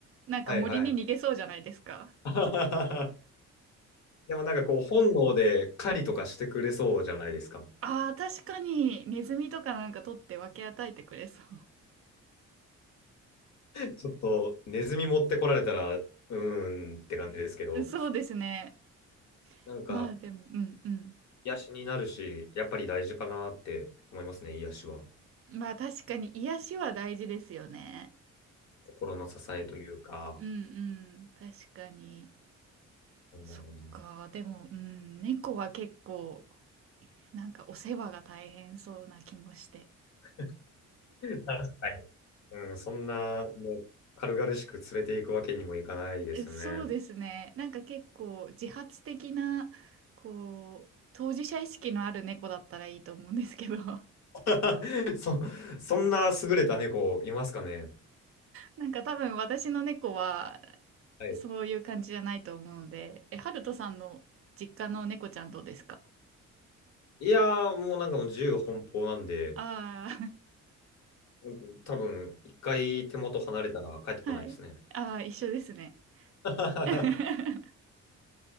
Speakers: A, on the right; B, on the left.
A: なんか森に逃げそうじゃないですか。
B: はいはい。<laughs> でもなんかこう、本能で狩りとかしてくれそうじゃないですか。
A: ああ、確かにネズミとかなんか取って分け与えてくれそ
B: ちょっとネズミ持ってこられたら、うーんって感じですけど、
A: う。<laughs> そうですね。
B: なんか、
A: まあでも、うんうん。
B: 癒しになるし、やっぱり大事かなって思いますね、癒しは。
A: まあ確かに癒しは大事ですよね。
B: 心の支えというか、
A: うんうん。確かに。
B: なんだろうな。
A: そっか。でも、うん。猫は結構なんかお世話が大変そうな気もして。
B: <laughs> 確かに。うん、そんな、ね、軽々しく連れていくわけにもいかないですよね。
A: えそうですね。なんか結構自発的な、こう、当事者意識のある猫だったらいいと思うんですけど。<laughs>
B: <laughs> そ、そんな優れた猫いますかね。
A: なんか多分私の猫は
B: はい。
A: そういう感じじゃないと思うので、え、ハルトさんの実家の猫ちゃんどうですか
B: いやー、もうなんかもう自由奔放なんで、
A: あ
B: うん多分一回手元離れたら帰ってこないですね。
A: あー、<laughs> はい。ああ、一緒ですね。
B: <laughs>
A: <laughs>